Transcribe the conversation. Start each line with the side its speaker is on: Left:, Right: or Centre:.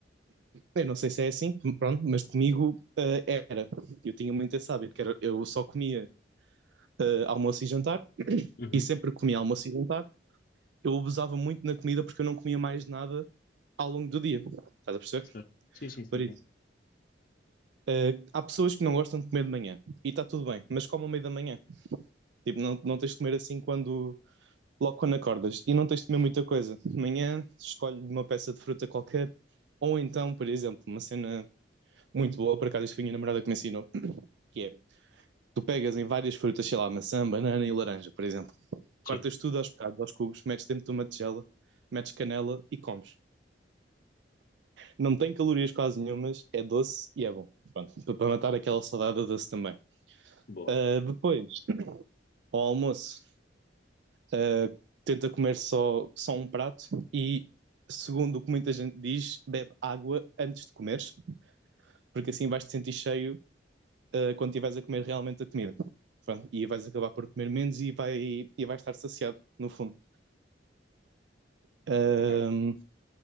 Right: Eu não sei se é assim, pronto, mas comigo uh, era. Eu tinha muito esse hábito, que era, eu só comia uh, almoço e jantar
Left: uhum.
Right: e sempre que comia almoço e jantar. Eu abusava muito na comida porque eu não comia mais nada ao longo do dia. Estás a perceber?
Left: Certo. Sim, sim, sim,
Right: Por isso.
Left: sim.
Right: Uh, há pessoas que não gostam de comer de manhã e está tudo bem, mas comam ao meio da manhã. Tipo, não, não tens de comer assim quando logo quando acordas e não tens de comer muita coisa. De manhã, escolhe uma peça de fruta qualquer, ou então, por exemplo, uma cena muito boa, por acaso, isto foi a minha namorada que me ensinou, que é, tu pegas em várias frutas, sei lá, maçã, banana e laranja, por exemplo, cortas
Left: Sim,
Right: tudo aos bocados, aos cubos, metes dentro de uma tigela, metes canela e comes. Não tem calorias quase nenhumas, é doce e é bom, para matar aquela saudade é doce também.
Left: boa.
Right: Ah, depois, ao almoço, uh, tenta comer só, só um prato e, segundo o que muita gente diz, bebe água antes de comeres, porque assim vais te sentir cheio uh, quando estiveres a comer realmente a comida. Pronto, e vais acabar por comer menos e, vai, e vais estar saciado, no fundo. Uh,
Left: Ok.